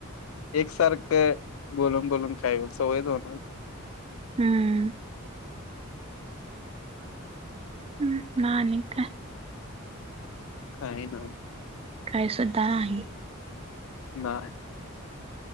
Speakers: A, on the left; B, on the right.
A: एकसारखं बोलून बोलून काय सवयच होणार.
B: हम्म. हम्म मग आणि काय.
A: काय नाय.
B: काय सुद्धा नाही.
A: नाय.